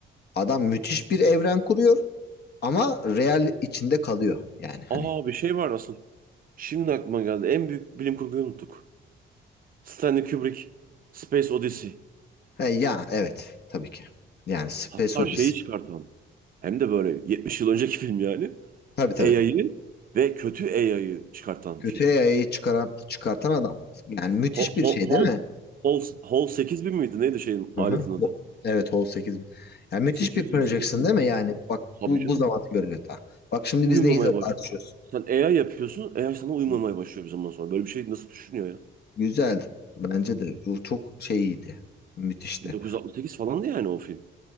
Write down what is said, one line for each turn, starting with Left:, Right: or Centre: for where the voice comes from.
Left: adam müthiş bir evren kuruyor ama real içinde kalıyor yani hani.
Right: aa bir şey var asıl. Şimdi aklıma geldi. En büyük bilim kurguyu unuttuk. Stanley Kubrick, Space Odyssey.
Left: He, ya evet tabii ki. Yani Space
Right: Hatta
Left: Odyssey.
Right: şeyi çıkartan. Hem de böyle 70 yıl önceki film yani.
Left: Tabii tabii.
Right: AI'yı ve kötü AI'yı çıkartan
Left: Kötüye
Right: film.
Left: yayayı çıkaran, çıkartan adam. Yani müthiş
Right: Hol,
Left: bir
Right: hol,
Left: şey
Right: hol,
Left: değil mi?
Right: hol, hol 8000 miydi? Neydi şeyin
Left: Aha.
Right: aletin adı?
Left: Ho- Evet Hall 8000. Yani müthiş
Right: 800
Left: bir projection
Right: mü 800 mü?
Left: değil mi? Yani bak
Right: Tabii
Left: bu,
Right: canım.
Left: bu zamanda görülüyor daha. Bak şimdi
Right: Uyumamaya
Left: biz neyi
Right: baş.
Left: tartışıyoruz?
Right: Sen AI yapıyorsun. AI sana uyumamaya
Left: Hı.
Right: başlıyor bir zaman sonra. Böyle bir şey nasıl düşünüyor ya?
Left: Güzeldi. Bence de. Bu çok şey iyiydi. Müthişti.
Right: 1968 falandı yani o film.